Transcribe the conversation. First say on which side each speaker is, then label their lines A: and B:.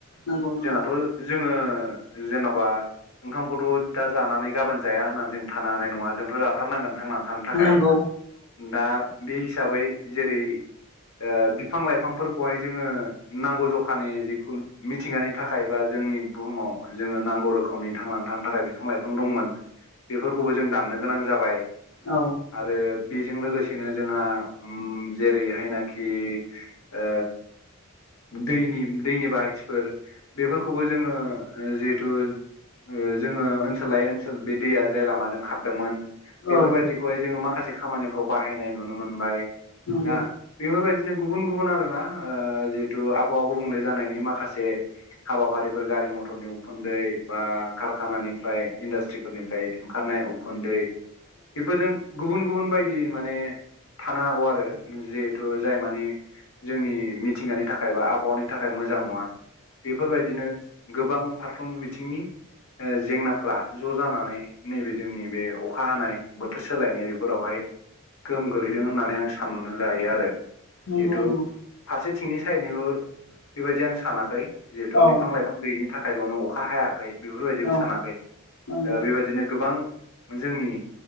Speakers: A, on the left (about 65°); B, on the left (about 80°).
A: नंगौ नंगौ
B: जोंहाथ' जोङो जेन'बा ओंखामखौथ' दा जानानै गाबोन जाया होननानै जों थानो हानाय नङा जोंथ' जाथारनांगोन थांनानै थानो
A: नंगौ
B: थाखाय दा बे हिसाबै जेरै- ओ बिफां लाइफांफोरखौहाय जोङो नांगौ जखानि जिखुनु मिथिंगानि थाखाय बा जोंनि बुहुमाव जोङो नांगौ रोखोमनि थांनानै थानो थाखाय बिफां लाइफां दंमोन। बेफोरखौबो जों दाननो गोनां जाबाय
A: औ
B: आरो बेजों लोगोसेनो जोंहा जेरैहायनाखि ओ दैनि दैनि बायथिफोर बेफोरखौ खौबो जोङो जिहेथु ओ जोङो ओनसोल लायै ओनसोल बे दैया जाय लामाजों खारदोंमोन
A: नंगौ औ
B: बेफोरबायदिखौहाय जोङो माखासे खामानिफ्राव बाहायनाय नुनो मोनबाय
A: औ
B: दा बेफोरबायदिनो गुबुन गुबुन आरो ना जिहेतु आबहावा गुबुंले जानायनि माखासे हाबाफारिफोर गारि मथरनि उखुन्दै बा कारखानानिफ्राय इन्डासट्रिफोरनिफ्राय ओंखारनाय उखुन्दै बेफोरजों गुबुन गुबुन बायदि माने थानो हागौ आरो जिहेथु जाय माने जोंनि मिथिंगानि थाखाय बा आबहावानि थाखाय मोजां नङा बेफोरबायदिनो गोबां फारफ्रोमबो बिथिंनि जेंनाफ्रा ज' जानानै नैबे जोंनि बे अखा हानाय बोथोर सोलायनाय बेफोरावहाय गोहोम गोलैदों होननानै आं साननानै लायो आरो
A: नंगौ
B: जिहेतु
A: नंगौ
B: फारसेथिंनि साइदनिल' बेबायदि आं सानाखै जिहेथु
A: औ
B: बिफां लाइफां ओंखाम गैयिनि थाखायल'नो अखा हायाखै बेफोरबायदिबो
A: औ
B: सानाखै
A: नंगौ
B: बेबायदिनो गोबां जोंनि